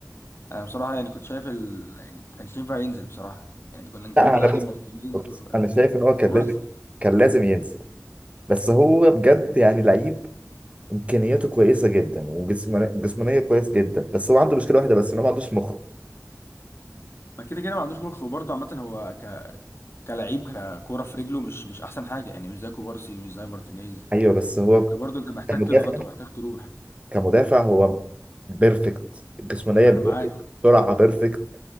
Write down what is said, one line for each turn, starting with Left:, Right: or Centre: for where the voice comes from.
Left: انا بصراحه يعني كنت شايف ال... يعني ما كانش ينفع ينزل بصراحه يعني كنا نكمل
Right: لا انا
Left: عادي
Right: بس
Left: مارتينيز
Right: بص،
Left: و-
Right: انا شايف ان هو كان
Left: وكوبارسي
Right: لازم كان لازم ينزل بس هو بجد يعني لعيب امكانياته كويسه جدا وجسمانيه جسمانيه كويس جدا بس هو عنده مشكله واحده بس ان هو ما عندوش مخ
Left: ما كده كده ما عندوش مخ وبرضه عامه هو ك... كلعيب ككوره في رجله مش مش احسن حاجه يعني مش زي كوبارسي مش زي مارتينيز
Right: ايوه بس هو
Left: برضه انت محتاج
Right: كمدافع
Left: تضغط ومحتاج تروح
Right: كمدافع هو بيرفكت جسمانيه
Left: ما
Right: بيرفكت
Left: انا معاك
Right: سرعه بيرفكت